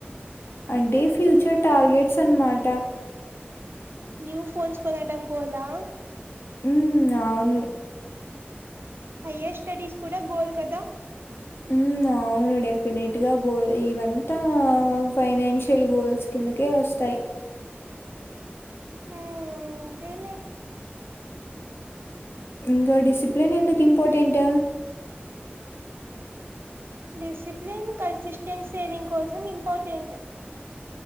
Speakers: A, on the left (about 75°); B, on the right (about 65°).
A: అంటే ఫ్యూచర్ టార్గెట్స్ అనమాట
B: న్యూ ఫోన్స్ కొనడం గోలా
A: మ్మ్ అవును
B: హైయ్యర్ స్టడీస్ కూడా గోల్ కదా
A: మ్మ్ అవును డెఫినెట్గా గోల్ ఇవంతా ఫైనాన్ష్ షియల్ గోల్స్ కిందకే వస్తాయి
B: హ్మ్ అంతేలే
A: ఇంకా డిసిప్లేన్ ఎందుకు ఇంపార్టెంట్
B: డిసిప్లేన్ కన్సిస్టెన్ సేవింగ్ కోసం ఇంపార్టెంట్